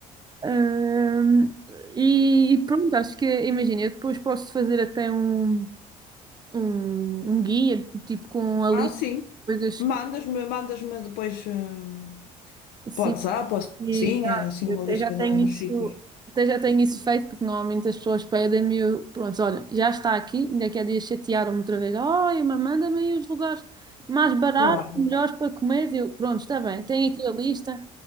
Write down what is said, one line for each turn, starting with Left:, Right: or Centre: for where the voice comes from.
Right: Ahm, e, e pronto, acho que, imagina, eu depois posso fazer até um, um, um guia, tipo com a
Left: Ah,
Right: lista
Left: sim.
Right: de coisas
Left: Mandas-me,
Right: que.
Left: mandas-me depois hum,
Right: Sim,
Left: para o WhatsApp, ou
Right: e,
Left: assim, assim
Right: ah, eu
Left: uma
Right: até
Left: lista
Right: já tenho
Left: da- dos
Right: isso,
Left: sítios.
Right: até já tenho isso feito, porque normalmente as pessoas pedem-me, e eu, pronto, olha, já está aqui, ainda que há dias chatearam-me outra vez, olha, mas manda-me aí os lugares mais baratos,
Left: Claro,
Right: melhores para comer, eu, pronto, está bem, tenho aqui a lista,